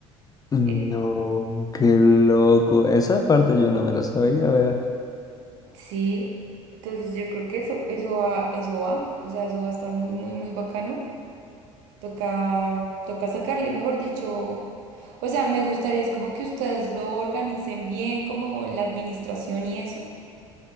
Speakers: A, on the left; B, on the right.
A: No,
B: Eh,
A: qué loco. Esa parte yo no me la sabía, vea.
B: Sí, entonces yo creo que eso, eso va, eso va, o sea, eso va a estar muy, muy, muy bacano. Toca, toca sacarle, mejor dicho. O sea, me gustaría, es como que ustedes lo organicen bien, como la administración y eso.